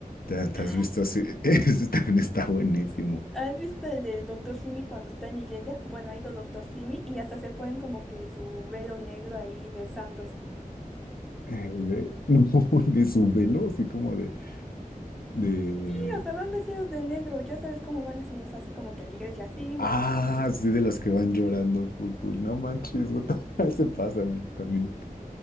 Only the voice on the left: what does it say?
¿Te, te
has visto
así?
<laughs> Ese también está buenísimo.
Eh, no, <laughs> de su velo, así como de, de...
Ah, sí, de las que van llorando, full, full. No manches, what the- <laughs> ese pasa, mano, también